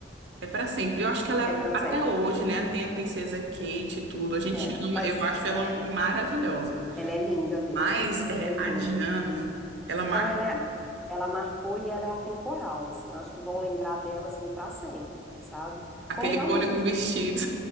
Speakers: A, on the right (about 75°); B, in the centre.
A: é pra sempre. Eu acho que ela
B: é
A: é,
B: para
A: até
B: sempre.
A: hoje, né, tem a princesa Kate e tudo. A gente
B: É,
A: ama,
B: mas
A: eu acho ela uma
B: é,
A: maravilhosa.
B: ela é linda mesmo,
A: Mas é,
B: ela é linda.
A: a Diana, ela marca
B: Então ela, ela marcou e ela é atemporal, assim. Eu acho que vão lembrar dela assim para sempre, sabe?
A: aquele
B: Como realmente
A: icônico vestido.